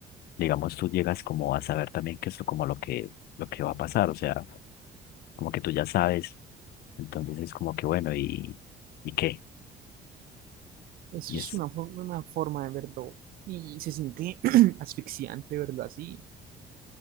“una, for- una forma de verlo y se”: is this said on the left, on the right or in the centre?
Right